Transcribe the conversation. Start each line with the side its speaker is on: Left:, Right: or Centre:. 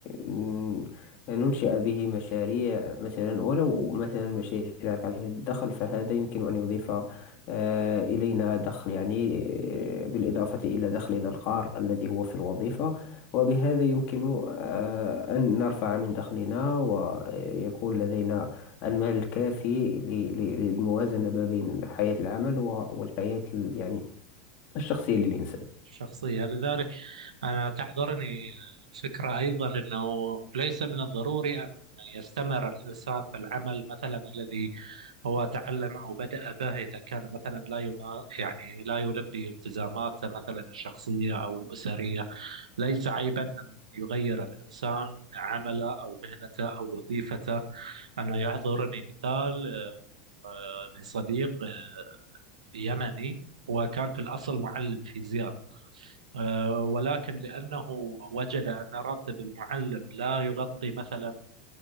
Left: ن- ننشئ به مشاريع مثلا ولو مثلا مشاريع قليلة الدخل فهذا يمكن أن يضيف آه، إلينا دخل يعني آه، بالإضافة إلى دخلنا القار الذي هو في الوظيفة وبهذا يمكن آه، أن نرفع من دخلنا ويكون لدينا المال الكافي ل- ل- للموازنة ما بين حياة العمل و- والحياة ال- يعني الشخصية للإنسان
Right: الشخصية لذلك أنا تحضرني فكرة أيضا أنه ليس من الضروري أن يستمر الإنسان في العمل مثلا الذي هو تعلم أو بدأ به إذا كان مثلا لا ينا... يعني لا يلبي التزاماته مثلا الشخصية أو الأسرية ليس عيبا أن يغير الإنسان عمله أو مهنته أو وظيفته أنا يحضرني مثال آه، لصديق آه، يمني هو كان في الأصل معلم فيزياء آه، ولكن لأنه وجد أن راتب المعلم لا يغطي مثلا